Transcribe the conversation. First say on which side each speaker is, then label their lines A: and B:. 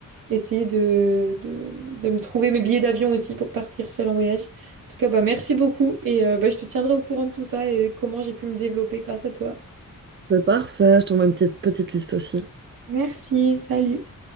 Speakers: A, on the right; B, on the right.
A: essayer de, de, de me trouver mes billets d'avion aussi pour partir seule en voyage. En tout cas, bah, merci beaucoup et euh, bah, je te tiendrai au courant de tout ça et comment j'ai pu me développer grâce à toi.
B: C'est parfait, je t'envoie une petite, petite liste aussi.
A: Merci, salut.